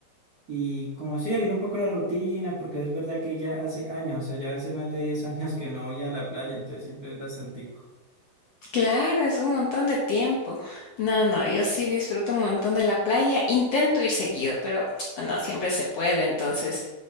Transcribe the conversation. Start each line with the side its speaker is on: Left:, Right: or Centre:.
Right: y como sí, salir un poco de la rutina, porque es verdad que ya hace años, o sea, ya hace más de 10 años que no voy a la playa, entonces siempre es bastantico.
Left: Claro, es un montón de tiempo. No, no, yo sí disfruto un montón de la playa. Intento ir seguido, pero <tsk> no siempre se puede. Entonces,